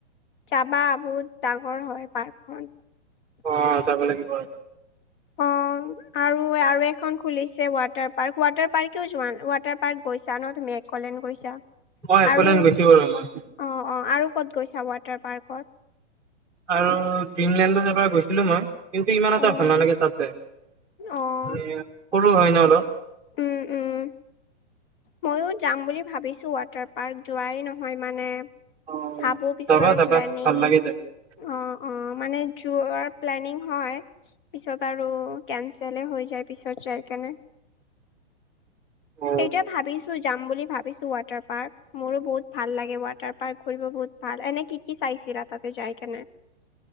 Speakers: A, on the left; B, in the centre.
A: যাবা বহুত ডাঙৰ হয় পাৰ্কখন।
B: অ যাব লাগিব ৰবা
A: অ', আৰু আৰু এখন খুলিছে ৱাটাৰ পাৰ্ক ৱাটাৰ পাৰ্কেও যোৱা নাই ৱাটাৰ পাৰ্ক গৈছা ন তুমি, একলেন গৈছা
B: অ
A: আৰু
B: <unintelligible>
A: অ', অ', আৰু ক'ত গৈছা ৱাটাৰ পাৰ্কত?
B: আৰু ড্ৰিমলেণ্ডত এবাৰ গৈছিলোঁ মই। কিন্তু ইমান এটা
A: অ'
B: ভাল নালাগে তাত যায় মানে
A: অ'
B: সৰু হয় ন অলপ।
A: উম, উম। মইও যাম বুলি ভাবিছোঁ ৱাটাৰ পাৰ্ক, যোৱাই নহয় মানে
B: অ
A: ভাবো পিছত
B: যাবা
A: আৰু
B: যাবা
A: প্লেনিং
B: ভাল লাগে
A: অ',
B: যাই
A: অ', মানে যোৱাৰ প্লেনিং হয়। পিছত আৰু কেনচেলে হৈ যায়, পিছত যাই কেনে।
B: অ
A: এতিয়া ভাবিছোঁ যাম বুলি ভাবিছোঁ ৱাটাৰ পাৰ্ক মোৰো বহুত ভাল লাগে ৱাটাৰ পাৰ্ক ঘুৰিব বহুত ভাল এনেই কি, কি চাইছিলা তাতে যাই কেনে,